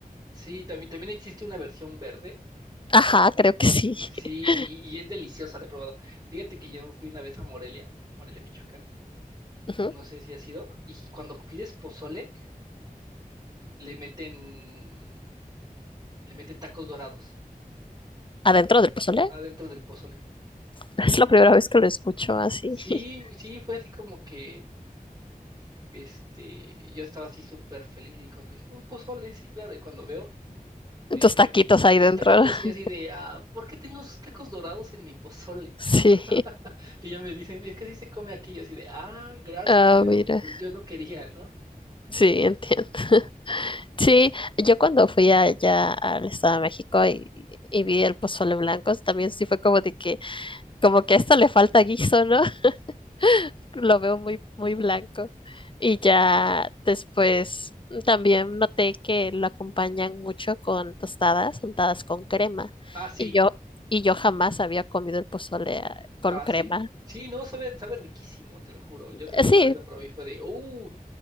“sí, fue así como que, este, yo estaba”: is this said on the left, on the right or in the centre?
Right